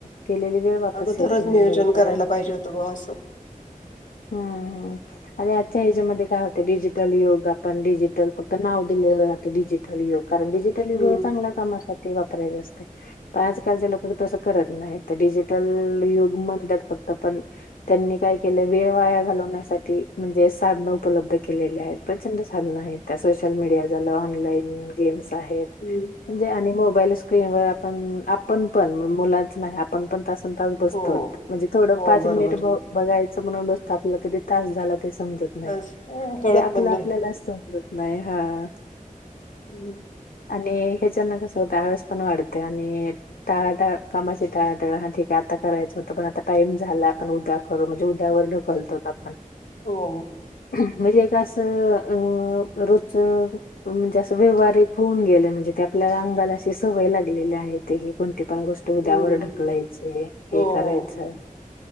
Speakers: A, on the left; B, on the left.
A: केलेली वेळ वापस
B: अगोदरच
A: येत नाही
B: नियोजन
A: बरोबर
B: करायला
A: आहे
B: पाहिजे होतं असं. हो.
A: हम्म हम्म आणि आजच्या एजमध्ये काय होत डिजिटल युग ग आपण डिजिटल फक्त नाव दिलेलं राहते डिजिटल युग कारण डिजिटल युग
B: हम्म.
A: हे चांगल्या कामात वापरा अस पण आजकालचे लोक त करत नाही डिजिटल युग म्हणतात फक्त पण त्यांनी काय केलंय. वेळ वाया घालवण्यासाठी म्हणजे साधनं उपलब्ध केलेली आहेत, प्रचंड साधनं आहेत त्या सोशल मीडिया झालं, ऑनलाईन गेम्स आहेत
B: हम्म.
A: जे आणि म पहिलं स्क्रीनवर आपण - आपण पण मुलाच नाही आपण पण तासंतास बसतो
B: हो
A: म्हणजे थोडं
B: हो
A: पाच
B: बरोबर.
A: मिनिट ब बघाय. म्हणून बसतो आपल्याला कधी तास झाला. ते समजत नाहीे,
B: अस- कळत
A: जे आपलं
B: पण नाही.
A: आपल्याला समजत. नाही हा.
B: हम्म.
A: आणि ह्याच्याना कसं होतं आवास पण वाढते आणि यांच्यानं कसं होतं टाळाटा कामाचे टाळाटाळ हा ठीक आहे आता करायचं होतं पण आता टाइम झाला आपण उद्या करू म्हणजे वर ढकलतो आपण
B: हो.
A: म्हणजे एक असं अ रोज म्हणजे असं व्यवहार एक होऊन गेला म्हणजे ते आपल्याला अंगाला अशी सवय लागलेली आहे ते की कोण ती पण गोष्ट उद्यावर
B: हम्म.
A: ढकलायची
B: हो
A: हे करायचं
B: हो.